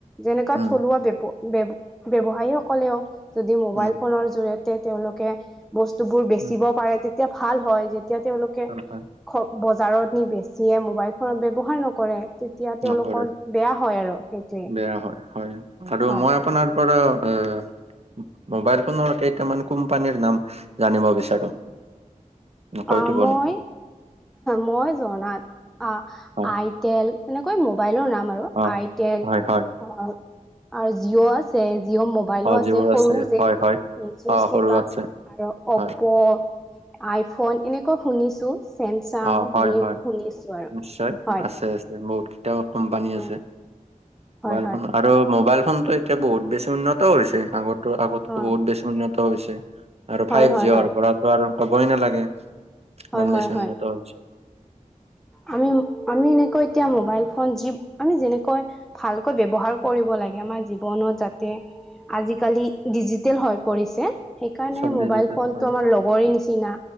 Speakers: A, in the centre; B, on the right.
A: যেনেকুৱা,
B: উম
A: থলুৱা ব বৱ-ব্যৱসায়ী সকলেও যদি মোবাইল
B: উম
A: ফোনৰ জৰিয়তে তেওঁলোকে বস্তুবোৰ বেচিব
B: উম
A: পাৰে তেতিয়া ভাল হয় যেতিয়া তেওঁলোকে
B: হয় হয়
A: খ, বজাৰত নি বেছিয়ে মোবাইল ফোনত ব্যৱহাৰ নকৰে। তেতিয়া তেওঁলোকৰ
B: নকৰে
A: বেয়া হয় আৰু সেইটোৱে
B: বেয়া হয় হয় আৰু
A: হয়।
B: <inaudible> মোবাইল ফোনৰ কেইটামান কোম্পানীৰ নাম জানিব বিচাৰো। কৈ
A: আমই
B: দিব নেকি
A: মই জনাত আ,
B: হয়
A: আইটেল এনেকৈ মোবাইলৰ নাম আছে।
B: অ হয় হয়
A: <unintelligible> জঅ' আ জিঅ' মোবাইলো
B: অ
A: আছে
B: যিবোৰ
A: সৰুও যে
B: হয় হয়
A: চুইটিপা
B: অ সৰু আছে
A: আৰু অপ্প'
B: হয়
A: আইফোন এনেকুৱা শুনিছো চেমচাং
B: অ হয়
A: বুলি
B: হয়
A: ম শুনিছো আৰু
B: নিশ্চয়
A: হয়।
B: আছে আছে বহুত কেইটাাম কোম্পানী আছে
A: উম হয়
B: মোবাইল
A: হয়
B: ফোন আৰু মোবাইল ফোন এতিয়া বহুত বেছি উন্নতও হৈছে আগতো, আগতো
A: অ
B: বহুত বেছি উন্নত হৈছে। আৰু
A: হয়
B: ফাইভ
A: হয়
B: জি
A: হয়
B: পৰাটো আৰু কবই নালাগে ইমান
A: হয় হয়
B: বেছি
A: হয়
B: উন্নত হৈছে।
A: আমি, আমি এনেকৈ এতিয়া মোবাইল ফোন যি আমি যেনেকৈ ভালকৈ ব্যৱহাৰ কৰিব লাগে আমাৰ জীৱনত যাতে আজিকালি ডিজিটেল হৈ পৰিছে। সেইকাৰণে
B: চব
A: মোবাইল
B: ডিজিটেল
A: ফোনতটো
B: হয়
A: আমাৰ লগৰে নিচিনা।